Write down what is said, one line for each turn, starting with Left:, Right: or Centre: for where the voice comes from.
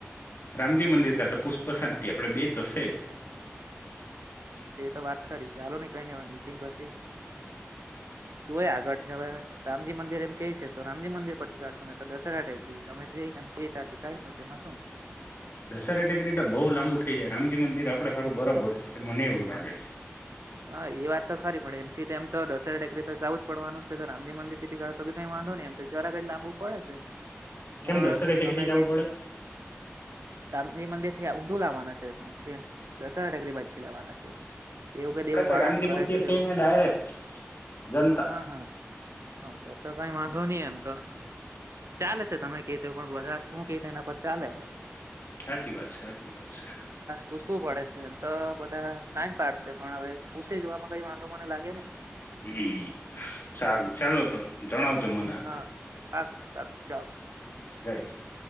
Left: રામજી મંદિર ખાતા પુષ્પ શાંતિ આપડે બે તોશે જ
Right: તે તો વાત ખરી ચાલો નની કઈ ન હવે મીટિંગ પછી જોય આગળથી હવે રામજી મંદિર એમ કે છે તો રામજી મંદિર પરથી કાઢશો ને તો દશેરા ટેગરી તમે જે કે ત કાઢશો તેમાં શું
Left: દશેરે ટેકરી તો બહુ લાંબુ થઈ જાય રામજી મંદિર આપડે ખારું બરોબર છે મને એવું લાગે
Right: હા એ વાત તો ખરી પડે એમથી એમ તો દસરા ટેકરી તો જવું જ પડવાનું છે તો રામજી મંદિરથી‌ ભી કાડે વાંધો નહી એમ જરા કજ લાંબુ પડે છે.
Left: કેમ
Right: પણ
Left: દશેરે ટેકરી
Right: તમે
Left: જવું
Right: કે
Left: પડે
Right: રામજી મંદિર ઊંધું લાવવાના છે શું કે દસરા ટેકરી બાજથી લાવવાના છે. દેવું કે
Left: આપડે
Right: દેવું
Left: તો
Right: વાળા
Left: રામજી
Right: કરે
Left: મંદિર
Right: છે
Left: થઈને
Right: તેવું
Left: ડાયરેક્ટ જનતા
Right: હા હા તો તો કઈ વાંધો ની એમ તો ચાલે છે તમે કે તો પણ બધા શું કેય તેના પર ચાલે હવે
Left: સાાચી વાત છે સાાચી વાત છે.
Right: પૂસવું પડે છે એમ તો બધા ના જ પાડશે પણ હવે પૂસે જોવામાં કઈ વાંધો મને લાગે નહી.
Left: હમ સારું ચાલો તો જણાવજો મને આગળ
Right: હા પાકું પાકું ચાલ
Left: જાય છે.